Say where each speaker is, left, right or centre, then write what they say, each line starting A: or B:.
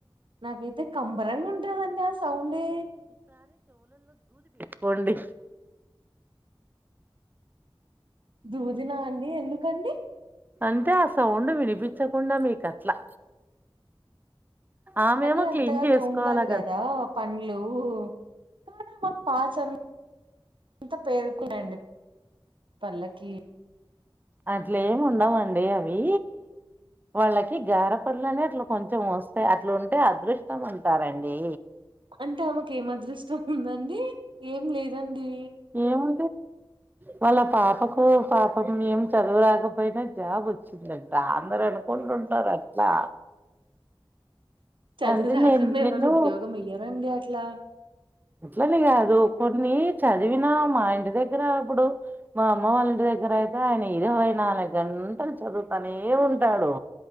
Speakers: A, on the right; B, on the right.
A: నాకైతే కంబరంగా ఉంటుదంటే ఆ సౌండే
B: పోండి
A: దూదిన అండి ఎందుకండి
B: అంటే ఆ సౌండ్ వినిపించకుండా మీక అట్లా ఆమెమో
A: మళ్ళీ అంతగా
B: క్లీన్ చేసుకోవాలా
A: తోముతది కదా పండ్లు ఓహ కానీ ఆమె పాచి అంత అంత పేరుకున్నాడి పల్లకి
B: అట్లే ఏమి ఉండవండి అవి వాళ్ళకి గార పండ్లు అనే అట్లా కొంచెం వస్తాయి అట్లా ఉంటే అదృష్టం అంటారండి
A: అంటే ఆమెకు ఏం అదృష్టం ఉందండి ఏం లేదండి
B: ఏమ్ వాళ్ళ పాపకు పాపం మేం చదువు రాకపోయినా జాబ్ అందర అనుకుంటుంటారు అట్లా
A: చదువు
B: అంటే
A: రాకుండా
B: నే నేను
A: ఎవరు ఉద్యోగం ఎయ్యరండి అట్లా
B: అట్లని కాదు చదివినా మా ఇంటి దగ్గర ఇప్పుడు మా అమ్మ వాళ్ళ ఇంటి దగ్గర అయితే ఆయన ఇరవై నాలుగు గంటలు చదువుతనే ఉంటాడు